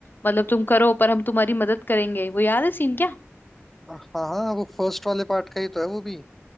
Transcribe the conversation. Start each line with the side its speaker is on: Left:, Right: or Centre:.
Left: मतलब तुम करो पर हम तुम्हारी मदद करेंगे वो याद है सीन क्या
Centre: हाँ हाँ वो फर्स्ट वाले पार्ट का ही तो है वो भी